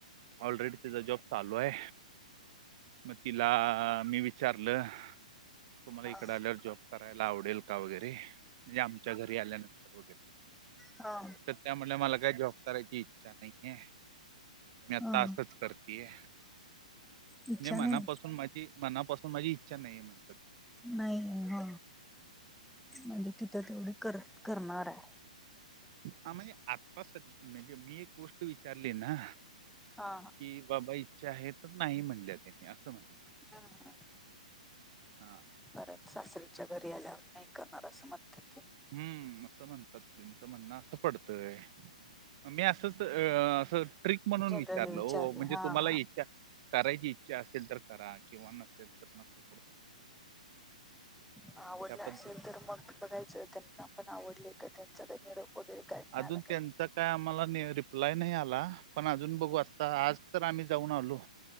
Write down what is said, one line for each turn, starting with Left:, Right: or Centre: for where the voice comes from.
Right: ऑलरेडी तिचा जॉब चालू हाय मग तिला मी वि चारलं, तुम्हाला
Centre: हा
Right: इकडं आल्यावर जॉब करायला आवडेल का? वगैरे म्हणजे आमच्या घरी आल्यानंतर वगैरे
Centre: हा
Right: तर त्या म्हनल्या मला काय जॉब करायची इच्छा नाहीये मी आता
Centre: हा
Right: असंच करतीये
Centre: इच्छा
Right: म्हणजे मनापासून
Centre: नाही
Right: माझी मनापासून माझी इच्छा नाहीये म्हणतात
Centre: नाही ह म्हणजे तिथं तेवढे कर करणार हाय.
Right: हा म्हणजे आता स म्हणजे मी एक गोष्ट विचारली ना
Centre: हा
Right: कि बाबा इच्छा आहे तर नाही म्हणल्या त्यानी असं म्हणलं
Centre: हा
Right: हा
Centre: परत सासरच्या घरी आल्यावर नाही करणार असं म्हणतात ते
Right: हम्म असं म्हणतात ते तच म्हणणं असं पडतंय मी असंच अ असं ट्रिक म्हणून
Centre: जनरल
Right: विचारलं हो म्हणजे
Centre: हा
Right: तुम्हाला
Centre: हा
Right: इच्छा करायची इच्छा असेल तर करा किंवा नसेल तर नक
Centre: आवडलं
Right: त्या
Centre: असेल
Right: पद्धती
Centre: तर मग बघायचं. त्यांना पण आवडले का त्यांचा काही निरोप वगैरे काय मिळाला
Right: अजून त्यांचा काय आम्हाला रिप्लाय नाही आला पण अजून बघू असता आज तर आम्ही जाऊन आलो